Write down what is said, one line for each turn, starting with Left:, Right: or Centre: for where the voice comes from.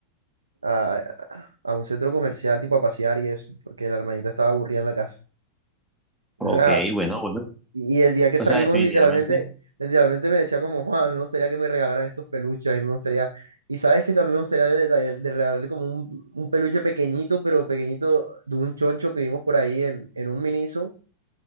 Right: a, a un centro comercial tipo a pasear y eso, porque la hermanita estaba aburrida en la casa.
Centre: Ok,
Right: O sea,
Centre: bueno, bueno,
Right: y el día que
Centre: o
Right: salimos
Centre: sea, definitivamente,
Right: literalmente, literalmente me decía como, Juan, me gustaría que me regalaran estos peluches, a mí me gustaría, y sabes que también me gustaría de, de- de regalarle como un, un peluche pequeñito, pero pequeñito de un choncho que vimos por ahí en, en un Miniso.